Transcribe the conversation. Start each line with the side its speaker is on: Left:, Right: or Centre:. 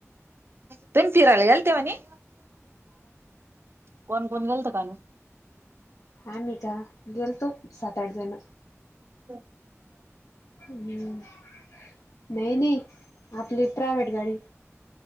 Right: <unintelligible> कोण गेलत कानू?
Left: आ मी का गेलतो सात आठ जण
Right: हो
Left: हम्म नाही नाही आपली प्रायव्हेट गाडी